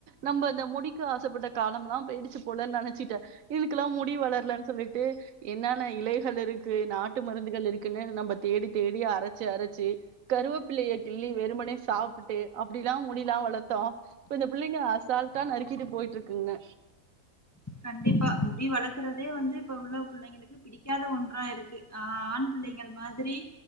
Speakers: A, on the right; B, on the left.
A: நம்ம இந்த முடிக்காசப்பட்ட காலம்லா பேயிடுச்சி போல நெனைச்சிட்டே இதுக்கெல்லா முடி வளர்லன்னு சொல்லிட்டு என்னான்ன இலை செலருக்கு நாட்டு மருந்துகள் இருக்குன்னு நம்ம தேடி தேடியா அரைச்சு அரைச்சு கருவெப்பிள்ளைய கிள்ளி வெறுபனே சாப்புட்டு அப்டில்லா முடிலா வளர்த்தோ இப்ப இந்த பிள்ளைங்க அசால்ட்டா நறுக்கிட்டு போயிட்டு இருக்குங்க
B: கண்டிப்பா முடி வளர்க்கறதே வந்து இப்ப உள்ள புள்ளைங்களுக்கு பிடிக்காத ஒன்றா இருக்கு ஆ-ஆ-ஆண் புள்ளைங்க மாதிரி